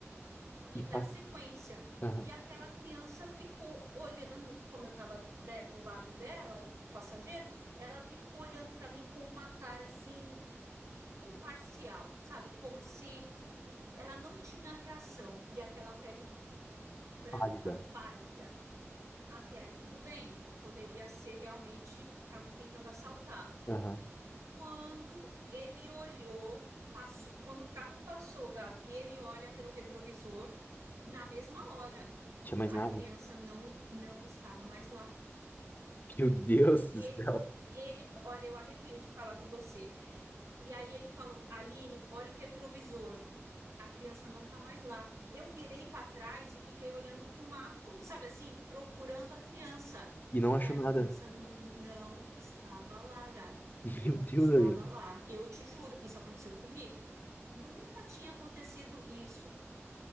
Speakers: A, on the right; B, on the left.
A: e
B: E
A: dar
B: pá,
A: sequência.
B: aham,
A: E aquela criança ficou olhando, como eu estava, do lado dela, do passageiro, ela ficou olhando para mim com uma cara assim imparcial, sabe? Como se ela não tinha reação e aquela pele branca,
B: pálida.
A: pálida. Até aí tudo bem, poderia ser realmente estavam tentando assaltar.
B: Aham.
A: Quando ele olhou, passou, quando o carro passou, Gabi, e ele olha pelo retrovisor, na mesma hora,
B: Tinha mais
A: a
B: nada?
A: criança não não estava mais lá.
B: Meu Deus do
A: Ele
B: céu.
A: ele, olha, eu arrepio de falar com você. E aí ele falou: Aline, olha o retrovisor. a criança não tá mais lá. Eu virei para trás e fiquei olhando para o mato, sabe assim, procurando a criança.
B: E não
A: E
B: achou
A: a
B: nada.
A: criança n- não estava lá, Gabi. Não
B: <laughs> Meu Deus,
A: estava
B: Aline.
A: lá. Eu te juro, isso aconteceu comigo. Nunca tinha acontecido isso,